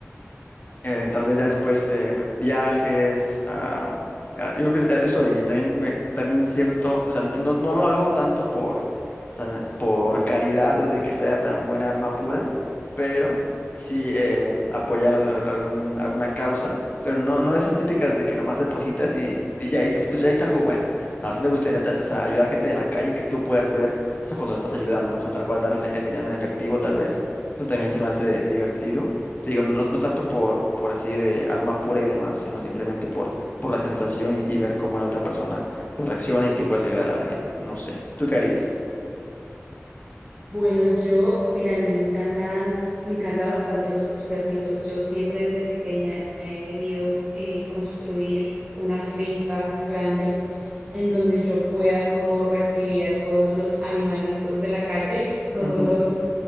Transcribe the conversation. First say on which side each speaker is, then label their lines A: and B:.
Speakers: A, on the left (about 35°); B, on the right (about 25°).
A: eh, tal vez ya después eh, viajes, am, ya, yo creo que e- eso haría. También, me, también cierto, o sea, no, no lo hago tanto por, o sea, na- por caridad de que sea tan buena alma pura, pero sí eh, apoyar al- al- algún, alguna causa, pero no, no esas típicas de que nomás depositas y, y ya dices, pues ya hice algo bueno. No, sí me gustaría ta- o sea, ayudar gente de la calle que tú puedas ver, o sea, cuando lo estás ayudando, ¿no? O sea, tal cual darle el dinero en efectivo, tal vez. Eso también se me hace divertido. Te digo, no, no tanto por, por así de alma pura y demás, sino simplemente por, por la sensación y, y ver cómo la otra persona pues, reacciona y que puedes ayudar a alguien. No sé. ¿Tú qué harías?
B: Bueno, yo, mira, a mí me encantan, me encanta bastante los perritos. Yo siempre desde pequeña he querido eh, construir una finca grande en donde yo pueda como recibir a todos los animalitos de la calle, <laughs> todos
A: Ujú,
B: los